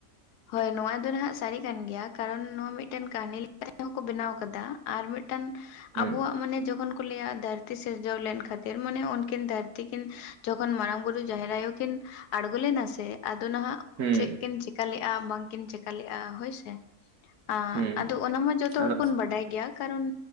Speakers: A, on the left (about 90°); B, on the right (about 75°).
A: ᱦᱳᱭ ᱱᱚᱣᱟ ᱫᱚ ᱱᱷᱟᱸᱜ ᱥᱟᱹᱨᱤ ᱠᱟᱱ ᱜᱮᱭᱟ, ᱠᱟᱨᱚᱱ ᱱᱚᱣᱟ ᱢᱤᱫᱴᱟᱹᱱ ᱠᱟᱹᱦᱱᱤ <unintelligible> ᱛᱟᱦᱮᱸ ᱮᱸ ᱦᱚᱸᱠᱚ ᱵᱮᱱᱟᱣ ᱟᱠᱟᱫᱟ ᱟᱨ ᱢᱤᱫᱴᱟᱝ
B: ᱦᱩᱸ
A: ᱟᱵᱚᱣᱟᱜ ᱢᱳᱱᱮ ᱡᱚᱠᱷᱚᱱ ᱠᱚ ᱞᱟᱹᱭᱼᱟ ᱫᱷᱟᱹᱨᱛᱤ ᱥᱤᱨᱡᱟᱹᱣ ᱞᱮᱱ ᱠᱷᱟᱹᱛᱤᱨ ᱢᱳᱱᱮ ᱩᱱᱠᱤᱱ ᱫᱷᱟᱹᱨᱛᱤ ᱠᱤᱱ ᱡᱚᱠᱷᱚᱱ ᱢᱟᱨᱟᱝ ᱵᱩᱨᱩ, ᱡᱟᱦᱮᱨ ᱟᱭᱳ ᱠᱤᱱ ᱟᱬᱜᱚ ᱞᱮᱱᱟ ᱥᱮ ᱟᱫᱚ ᱱᱷᱟᱸᱜ
B: ᱦᱩᱸ
A: ᱪᱮᱜ ᱠᱤᱱ ᱪᱮᱠᱟ ᱞᱮᱜᱼᱟ ᱵᱟᱝ ᱠᱤᱱ ᱪᱮᱠᱟ ᱞᱮᱜᱼᱟ ᱦᱳᱭ ᱥᱮ ᱾ ᱟᱸ
B: ᱦᱩᱸ
A: ᱟᱫᱚ ᱚᱱᱟ ᱢᱟ ᱡᱚᱛᱚ
B: ᱟᱫᱚ
A: ᱦᱚᱲ ᱵᱚᱱ ᱜᱮᱭᱟ, ᱠᱟᱨᱚᱱ